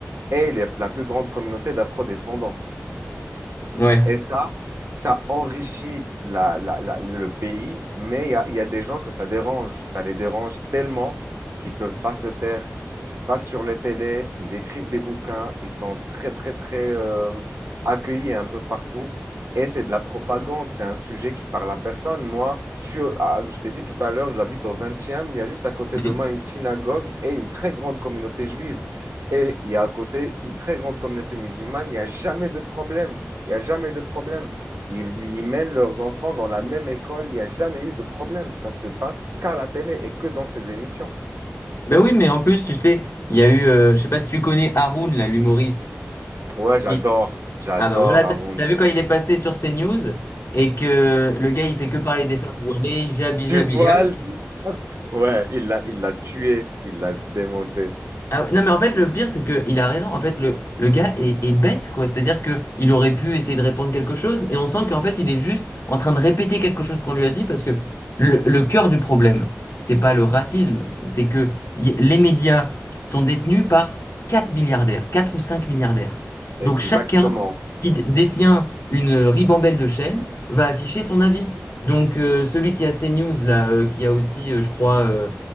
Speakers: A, on the right; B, on the left.
A: est la plus grande communauté d'afro-descendants.
B: Ouais.
A: Et ça, ça enrichit la- la- la- le pays, mais il y a, il y a des gens que ça dérange. Ça les dérange tellement qu'ils peuvent pas se taire. Ils passent sur les télés, ils écrivent des bouquins, ils sont très, très, très euh, accueillis un peu partout. Et c'est de la propagande, c'est un sujet qui parle à personne. Moi, je suis, au- à- je t'ai dit tout à l'heure, j'habite au 20e, il y a juste à côté
B: Mhm.
A: de moi une synagogue et une très grande communauté juive. Et il y a à côté une très grande communauté musulmane, il n'y a jamais de problème. Il n'y a jamais de problème. Ils, ils mènent leurs enfants dans la même école. Il n'y a jamais eu de problème. Ça se passe qu'à la télé et que dans ces émissions.
B: Bah oui, mais en plus, tu sais, il y a eu, euh, je sais pas si tu connais Haroun, là, l'humoriste.
A: Ouais, j'adore.
B: Il-
A: J'adore
B: Ah bah voilà,
A: Haroun.
B: t'as t'as vu quand il est passé sur CNews et que le gars, il fait que parler des femmes voilées, hijab, hijab,
A: Tu vois,
B: hijab.
A: lui. Hop. Ouais, il l'a, il l'a tué. Il l'a démonté.
B: Ah ouais, non mais en fait le pire c'est que il a raison en fait le, le gars est, est bête quoi c'est-à-dire que il aurait pu essayer de répondre quelque chose et on sent qu'en fait il est juste en train de répéter quelque chose qu'on lui a dit parce que le, le cœur du problème c'est pas le racisme c'est que y- les médias sont détenus par 4 milliardaires 4 ou 5 milliardaires
A: Exactement.
B: donc chacun qui d- détient une ribambelle de chaînes va afficher son avis donc euh, celui qui a CNews là euh, qui a aussi euh, je crois euh,